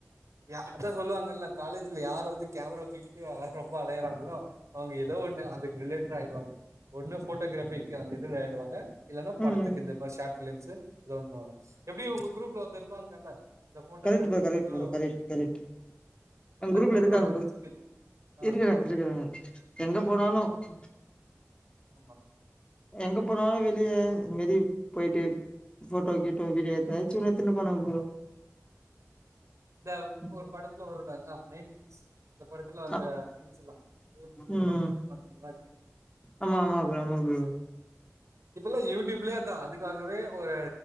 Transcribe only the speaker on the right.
ய அதா சொல்லுவாங்கல்ல காலேஜ்ல யாரரு வந்து கேமராவ துக்கிட்டு ரொம்ப அலையறாங்களோ அவங்க ஏதோ ஒண்ணு அதுக்கு ரிலேட்டட் ஆயிவாங்க ஒண்ணு போட்டோகிராபி க அந்த இதுல ஆடுவங்க இல்லன்னா
படத்துக்கு
இந்த மாரி ஷார் பிலிம்ஸு <unintelligible> எப்படி உங்க குரூப்ல ஒருத்த இருப்பாங்கல்ல இந்த போட்டோகிராபி
போட்டோ
ஃபுல்லா
கேமராவோட
சுத்திட்டு
ஆமா
ஆமா
ந்த
ஒரு படத்துல வரும்ல ஆ நைன்டி சிக்ஸ் இந்த படத்துல அந்த
சீன்ஸ் எல்லா எப்டி எவ்வளவு
பண்ணிருப்பாங்க அந்த மாறி
இப்பல்லா யூடியூப்லயே அதா அதுக்காகவே ஒரு